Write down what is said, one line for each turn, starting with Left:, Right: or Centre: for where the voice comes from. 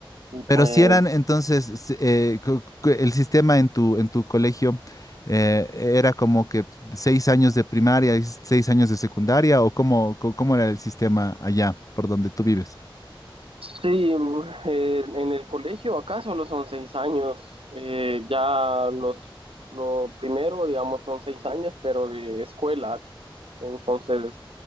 Right: Y pues
Left: Pero si eran entonces sí, eh, co- co- el sistema en tu en tu colegio eh, era como que seis años de primaria y seis años de secundaria o cómo, co- cómo era el sistema allá por donde tú vives.
Right: sí, mm, eh, en el colegio acá solo son 6 años, eh, ya los, lo primero, digamos, son 6 años, pero de escuela. Entonces,